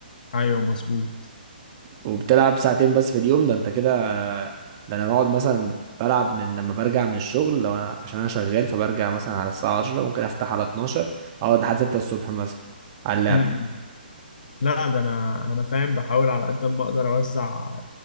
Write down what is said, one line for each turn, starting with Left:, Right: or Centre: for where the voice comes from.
Left: ايوه مظبوط
Right: وبتلعب ساعتين بس في اليوم ده انت كده ده انا بقعد مثلا بلعب من لما برجع من الشغل لو انا عشان انا شغال فبرجع مثلا على الساعة 10 ممكن افتح على 12 اقعد لحد 6 الصبح مثلا على اللعب
Left: م- م. لا ده انا انا فاهم بحاول على قد ما اقدر اوزع